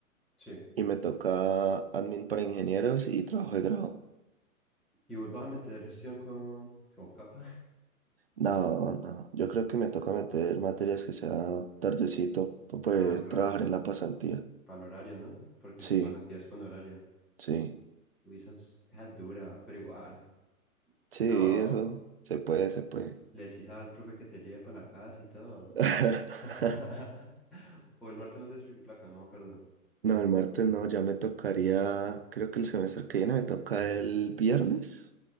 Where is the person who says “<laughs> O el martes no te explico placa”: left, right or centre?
Centre